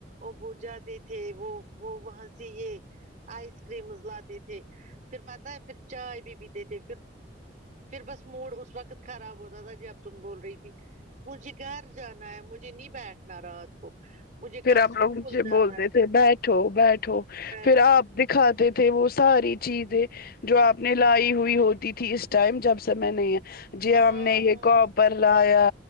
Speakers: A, on the right (about 45°); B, on the left (about 55°).
A: وہ بج جاتے تھے وہ وہ وہاں جی یہ آئس کریمز لاتے تھے پھر پتہ ہے پھر چائے بھی پیتے تھے پھر پھر بس موڈ اس وقت خراب ہوتا تھا جب تم بول رہی تھی مجھے گھر جانا ہے مجھے نہیں بیٹھنا رات کو مجھے
B: پھر
A: کل
B: آپ
A: اسکول
B: لوگ مجھے
A: جانا
B: بولتے
A: ہے
B: تھے بیٹھو بیٹھو
A: بیٹھ
B: پھر آپ دکھاتے تھے وہ ساری چیزیں جو آپ نے لائی ہوئی ہوتی تھی اس ٹائم جب سے میں نہیں جی
A: ہاں
B: ہم نے یہ کاپر لایا